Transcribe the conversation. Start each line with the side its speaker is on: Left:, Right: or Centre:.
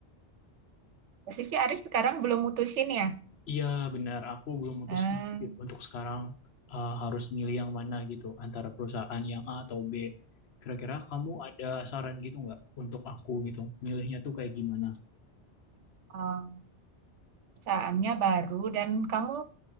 Right: posisi Arif sekarang belum mutusin ya?
Left: Iya benar, aku belum mutusin
Right: Hmm,
Left: sih untuk sekarang uh, harus milih yang mana gitu antara perusahaan yang A atau B. Kira-kira kamu ada saran gitu nggak untuk aku gitu, milihnya tuh kayak gimana?
Right: oh, perusahaannya baru dan kamu